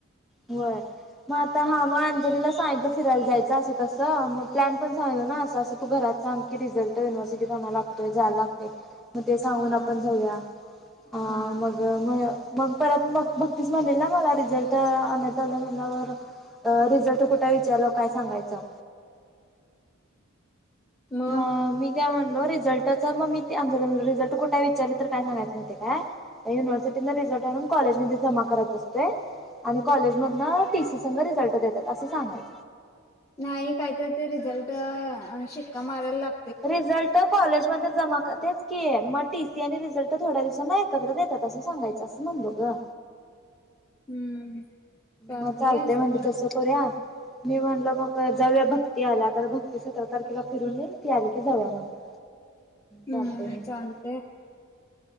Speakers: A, in the centre; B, on the left.
A: होय. मग आता हा मग अंजलीला सांगितलं फिरायला जायचं. असं तसं मग प्लॅन पण सांगितलो ना. असं-अस तू घरात सांग की रिझल्ट युनिव्हर्सिटीत आणय लागतोय जायला लागतंय मग ते सांगून
B: हा
A: आपण घऊया अ
B: हा
A: मग म. मग परत मग. भक्तीच म्हणेल ना मला रिझल्ट आणाय आलं म्हलावर रिझल्ट कुठे विचारला काय सांगायचं?
B: मग
A: म मी काय म्हण रिझल्टच मग मी रिझल्ट कुठे विचारले तर काय सांगायचं काय. युनिव्हर्सिटी रिझल्ट आणून कॉलेजमध्येध्ये जमा करायच असते. आणि कॉलेज मधन टी. सी संघ रिझल्ट देतात असं सांगायच.
B: नाही काही तर ते रिझल्ट शिक्का मारायला लागत
A: रिझल्ट कॉलेजमध्ये जमा तेच क मग. टी. सी आणि रिझल्ट थोड्या दिवसांना एकत्र देतात. असं सांगायचं असं म्हणलो ग.
B: हम्म. चालते
A: मग चालतंय
B: घ्या असं
A: म्हनली
B: पण
A: तसं करूया. मी म्हणल मग जाऊया भक्ती आल्या तर. भक्ती सतरा तारखेला फिरून येईल ती आली की जाऊया म्हणलं.
B: हम्म
A: चालतंय म्हणली
B: चालतय.